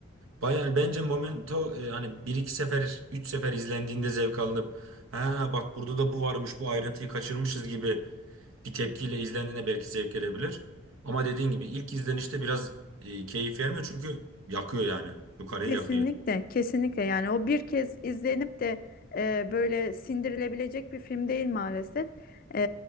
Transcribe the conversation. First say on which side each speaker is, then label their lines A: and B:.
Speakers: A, on the right; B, on the left.
A: Bayağı bence Momento e, hani bir iki sefer, üç sefer izlendiğinde zevk alınıp ha bak burada da bu varmış, bu ayrıntıyı kaçırmışız gibi bir tepkiyle izlendiğinde belki zevk gelebilir. Ama dediğin gibi ilk izlenişte biraz e, keyif vermiyor çünkü yakıyor yani. Yukarıyı
B: Kesinlikle,
A: yakıyor.
B: kesinlikle. Yani o bir kez izlenip de e, böyle sindirilebilecek bir film değil maalesef. E,